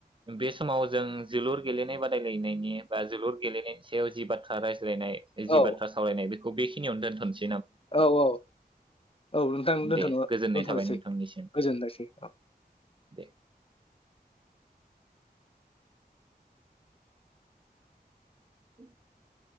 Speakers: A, on the right; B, on the left.
A: बे समाव जों जोलुर गेलेनाय बादायलायनायनि बा जोलुर गेलेनायनि सायाव जि बाथ्रा राय ज्लायनाय जि
B: औ
A: बाथ्रा सावरायनाय बे खौ बेखिनियावनो दोनथसै
B: औ औ औ नोंथां दोनथनोबा
A: दे गोजोननाय
B: दोन्थनोसै
A: थाबाय नोंथांनिसिम
B: गोजोनायसै औ
A: दे <inaudible>